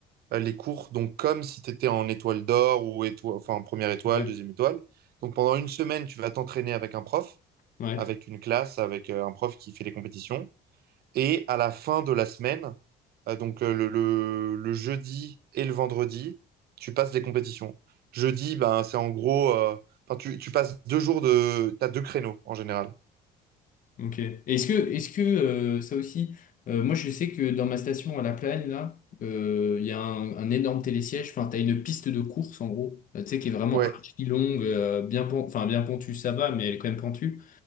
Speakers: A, on the right (about 65°); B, on the left (about 50°).
A: les cours, donc comme si tu étais en étoile d'or ou étoile, enfin première étoile,
B: Ouais.
A: deuxième étoile. Donc pendant une semaine, tu vas t'entraîner avec un prof,
B: Ouais,
A: avec une classe, avec euh, un prof qui fait les compétitions. Et à la fin de la semaine, euh, donc euh, le, le- le jeudi et le vendredi, tu passes des compétitions. Jeudi, ben, c'est en gros, euh, enfin, tu, tu passes deux jours de, t'as deux créneaux en général.
B: ok. Et Est-ce que, est-ce que euh, ça aussi, euh, moi je sais que dans ma station à La Plagne, là, euh, il y a un, un énorme télésiège, enfin t'as une piste de course en gros, euh, tu sais, qui est Ouais. vraiment
A: Ouais,
B: archi longue, euh, bien, pen- enfin, bien pentue, ça va, mais elle est quand même pentue.